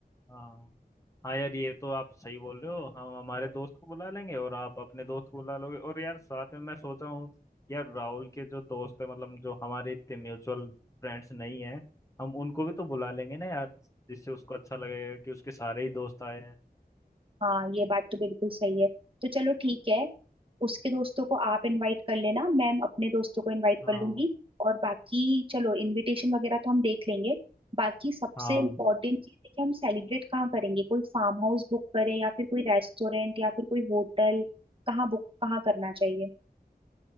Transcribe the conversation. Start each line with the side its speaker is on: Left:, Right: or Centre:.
Left: हाँ हाँ यार ये तो आप सही बोल रहे हो हम हमारे दोस्त को बुला लेंगे और आप अपने दोस्त को बुला लोगे और यार साथ में मैं सोच रहा हूँ यार राहुल के जो दोस्त है मतलब जो हमारे इतने म्यूचुअल फ्रेंड्स नहीं है हम उनको भी तो बुला लेंगे ना यार जिससे उसको अच्छा लगेगा कि उसके सारे ही दोस्त आए हैं
Right: हाँ ये बात तो बिल्कुल सही है तो चलो ठीक है उसके दोस्तों को आप इनवाइट कर लेना मैम अपने दोस्तों को इनवाइट
Left: हाँ
Right: कर लूंगी और बाकी चलो इनविटेशन वगैरह तो हम देख लेंगे बाकी सबसे
Left: हाँ
Right: इम्पोर्टेंट चीज है कि हम सेलिब्रेट कहाँ करेंगे कोई फार्म हाउस बुक करें या फिर कोई रेस्टोरेंट या फिर कोई होटल कहाँ बुक कहाँ करना चाहिए